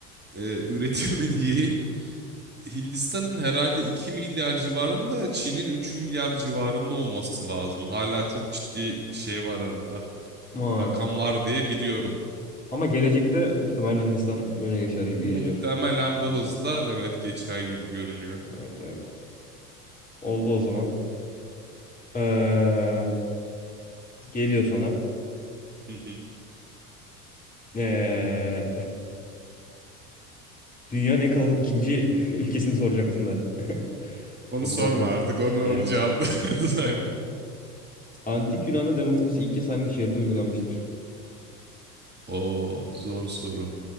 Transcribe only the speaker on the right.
e, üretimi <laughs> diyeyim. Hindistan'ın herhalde 2 milyar civarında Çin'in 3 milyar civarında olması lazım. Hala çok ciddi şey var arada.
Rakam var diye biliyorum.
Muhtemelen
bu
hızla evet geçer gibi görünüyor.
Hmm.
Hı hı.
Onu
sorma
artık. Onu
onu cevapla. <laughs> Aynen.
O zor soru.